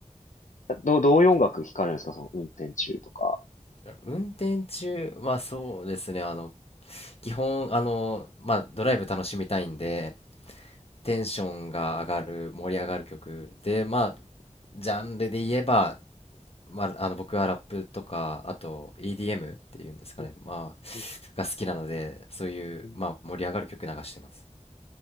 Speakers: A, on the left; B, on the left.
A: か。どう、どういう音楽聴かれるんですかその運転中とか。
B: どう、運転中、まあそうですね、あの、基本、あの、まあドライブ楽しみたいんで、テンションが上がる、盛り上がる曲で、まあ、ジャンルで言えば、まあ、あの僕はラップとかあと EDM っていうんですかね、
A: うん
B: まあ、
A: うん
B: が好きなのでそういう、
A: うん
B: まあ、盛り上がる曲流してます